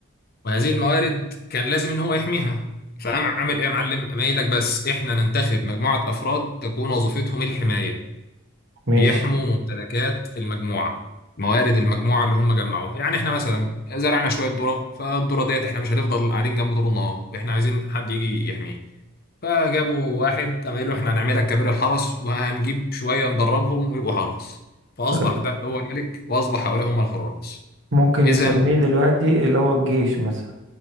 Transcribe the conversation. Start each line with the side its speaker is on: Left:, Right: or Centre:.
Left: وهذه الموارد كان لازم ان هو يحميها فقام عامل ايه يا معلم قام قايل لك بس احنا ننتخب مجموعه افراد تكون وظيفتهم الحمايه
Right: ماشي
Left: بيحموا ممتلكات المجموعه موارد المجموعه اللي هم جمعوها يعني احنا مثلا زرعنا شويه ذره فالذره ديت احنا مش هنفضل قاعدين جنب طول النهار احنا عايزين حد يجي يحميه فجابوا واحد قام قايل له احنا هنعملك كبير الحرس وهنجيب شويه ندربهم ويبقوا حرس فاصبح
Right: طيب،
Left: ده هو الملك واصبح حوله هم الحراس
Right: ممكن
Left: اذا
Right: نسميه دلوقتي اللي هو الجيش مثلا